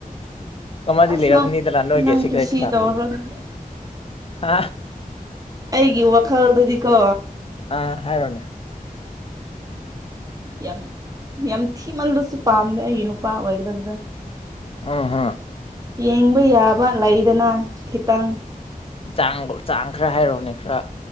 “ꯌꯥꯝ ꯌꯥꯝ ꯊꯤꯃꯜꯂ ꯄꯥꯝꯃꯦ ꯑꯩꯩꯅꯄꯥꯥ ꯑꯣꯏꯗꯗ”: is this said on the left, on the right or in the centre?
Right